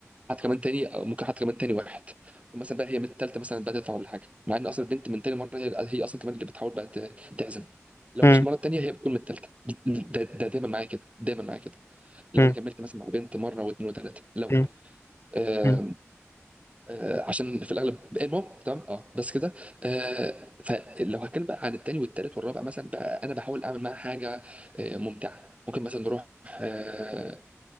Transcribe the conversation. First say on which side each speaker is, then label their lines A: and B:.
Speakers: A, on the right; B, on the left.
A: حتى كمان تاني ممكن حتى كمان تاني واحد ممكن مثلا بقى هي من التالتة مثلا بقى تدفع ولا حاجه مع ان اصلا البنت من تاني مره هي, هي اصلا كمان اللي بتحاول بقى ت- تعزم لو
B: مم.
A: مش المره التانيه هي بتكون من التالتة ده, ده دايما معايا كده دايما معايا كده لو
B: مم.
A: انا كملت مثلا مع بنت مره واثنين وثلاثه لو
B: مم.
A: آه
B: مم.
A: آه عشان في الاغلب المهم تمام اه بس كده آه فلو هتكلم بقى عن التاني والتالت والرابع مثلا بقى انا بحاول اعمل معاها حاجه آه ممتعه ممكن مثلا نروح آه